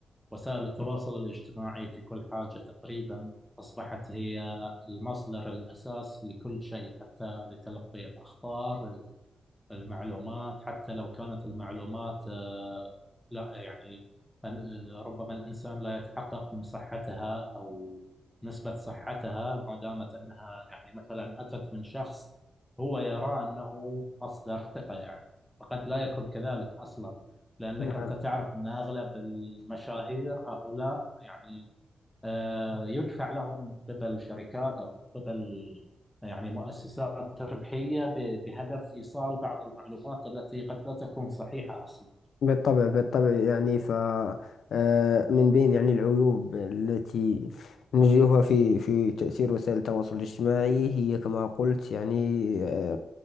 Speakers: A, in the centre; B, on the left.
A: وسائل التواصل الاجتماعي في كل حاجة تقريبا أصبحت هي المصدر الأساس لكل شيء حتى لتلقي الأخبار المعلومات حتى لو كانت المعلومات آه، لا يعني ال- ربما الإنسان لا يتحقق من صحتها أو نسبة صحتها ما دامت أنها يعني مثلا أتت من شخص هو يرى أنه مصدر ثقة يعني فقد لا يكون كذلك أصلا لأنك
B: أخي
A: أنت تعرف أن أغلب المشاهير هؤلاء يعني آه، يدفع لهم من قبل شركات أو من قبل يعني مؤسسات ربحية ب- بهدف إيصال بعض المعلومات التي قد لا تكون صحيحة أصلا
B: بالطبع بالطبع يعني ف آه، من بين يعني العيوب التي نجدها في في تأثير وسائل التواصل الاجتماعي هي كما قلت يعني آه،